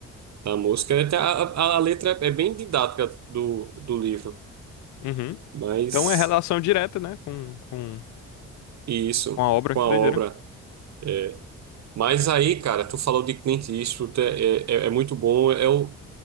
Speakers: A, on the right (about 60°); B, on the left (about 70°).
A: da música. Até A, a, a letra é bem didática do, do livro,
B: uhum.
A: mas
B: Então é relação direta, né, com, com,
A: e isso,
B: com a obra,
A: com
B: que
A: a obra.
B: doideira.
A: é, Mas aí, cara, tu falou de Clint Eastwood, é, é, é é muito bom. Eu,